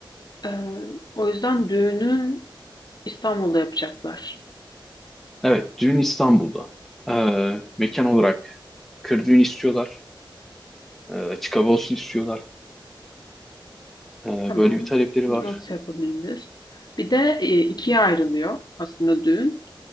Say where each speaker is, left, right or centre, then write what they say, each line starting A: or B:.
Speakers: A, on the left (about 55°); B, in the centre.
A: Eee, o yüzden düğünü İstanbul'da yapacaklar.
B: Evet. Düğün İstanbul'da. Ee, mekan olarak kır düğün istiyorlar. Ee, açık hava olsun istiyorlar. Ee,
A: Tamam.
B: böyle bir talepleri
A: Bunu
B: var.
A: Nasıl yapabiliriz? Bir de e, ikiye ayrılıyor aslında düğün.